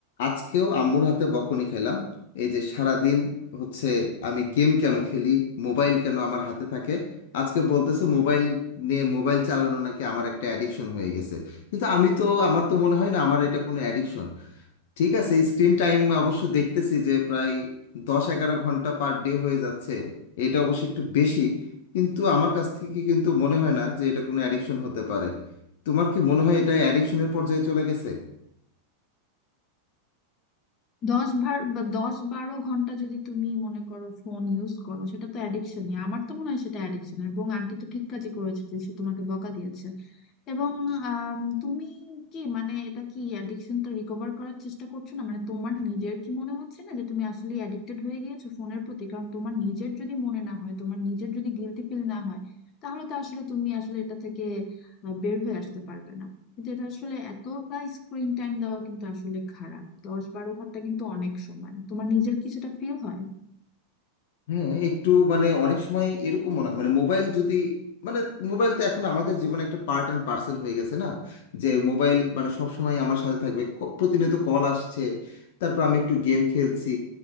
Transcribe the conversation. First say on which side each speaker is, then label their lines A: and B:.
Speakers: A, on the left; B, on the left.
A: আজকেও আম্মুর হাতে বকুনি খেলাম এই যে সারাদিন হচ্ছে আমি গেম কেন খেলি মোবাইল কেন আমার হাতে থাকে আজকে বলতেছে মোবাইল নিয়ে মোবাইল চালানো নাকি আমার একটা অ্যাডিকশন হয়ে গেছে কিন্তু আমি তো আমার তো মনে হয় না আমার এটা কোনো অ্যাডিকশন ঠিক আছে স্ক্রিন টাইম অবশ্য দেখতেছি যে প্রায় দশ এগারো ঘন্টা পার ডে হয়ে যাচ্ছে এটা অবশ্য একটু বেশি কিন্তু আমার কাছ থেকে কিন্তু মনে হয় না যে এটা কোনো অ্যাডিকশন হতে পারে তোমার কি মনে হয় এটা অ্যাডিকশনের পর্যায়ে চলে গেছে
B: দশ ভার বা দশ বারো ঘন্টা যদি তুমি মনে করো ফোন ইউজ করো সেটা তো অ্যাডিকশনই আমার তো মনে হয় সেটা অ্যাডিকশন এবং আন্টি তো ঠিক কাজই করেছে যে সে তোমাকে বকা দিয়েছে এবং আম, তুমি কি মানে এটা কি অ্যাডিকশনটা রিকভার করার চেষ্টা করছো না মানে তোমার নিজের কি মনে হচ্ছে না যে তুমি আসলে অ্যাডিক্টেড হয়ে গিয়েছো ফোনের প্রতি কারণ তোমার নিজের যদি মনে না হয় তোমার নিজের যদি গিলটি ফিল না হয় তাহলে তো আসলে তুমি আসলে এটা থেকে আহ, বের হয়ে আসতে পারবে না কিন্তু এটা আসলে এতটা স্ক্রিন টাইম দেওয়া কিন্তু আসলে খারাপ দশ বারো ঘন্টা কিন্তু অনেক সময় তোমার নিজের কি সেটা ফিল হয়
A: হ্যাঁ একটু মানে অনেক সময় এরকম মনে মানে মোবাইল যদি মানে মোবাইল তো এখন আমাদের জীবনে একটা পার্ট অ্যান্ড পার্সেল হয়ে গেছে না যে মোবাইল মানে সব সময় আমার সাথে থাকবে ক- প্রতিনিয়ত কল আসছে তারপর আমি একটু গেম খেলছি